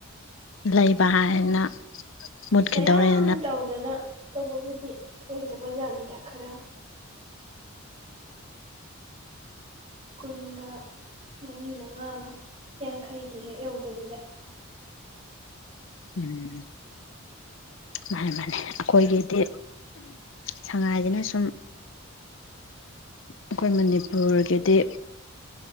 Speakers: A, on the left; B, on the right.
A: ꯂꯩꯕ ꯍꯥꯏꯅ ꯃꯨꯠꯈꯤꯗꯧꯔꯦꯅ
B: ꯃꯌꯥꯝ ꯇꯧꯗꯅ ꯇꯧꯕꯕꯨꯗꯤ ꯑꯣꯏꯗꯕ ꯖꯥꯠꯅꯤꯗ ꯈꯔ ꯀꯨꯟꯒ ꯃꯔꯤ ꯃꯉꯥ ꯑꯃ ꯌꯥꯡꯈꯩꯗꯤ ꯍꯦꯛ ꯌꯧꯗꯕꯤꯗ
A: ꯎꯝ ꯃꯥ ꯃꯥꯅꯤ ꯑꯩꯈꯣꯏꯒꯤꯗꯤ ꯁꯉꯥꯏꯁꯤꯅ ꯁꯨꯝ ꯑꯩꯈꯣꯏ ꯃꯅꯤꯄꯨꯔꯒꯤꯗꯤ